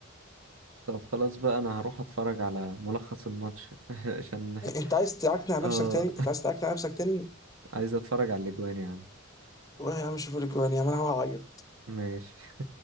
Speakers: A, on the right; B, on the left.
A: طب خلاص بقى انا هروح اتفرج على ملخص الماتش <laughs> عشان
B: إيه، انت عايز تعكنع نفسك
A: اه
B: تاني؟ انت عايز تعكنع نفسك تاني؟
A: <laughs> عايز اتفرج على الاجوان يا عم
B: روح يا عم شوف لك جوان يا عم انا هعيط
A: ماشي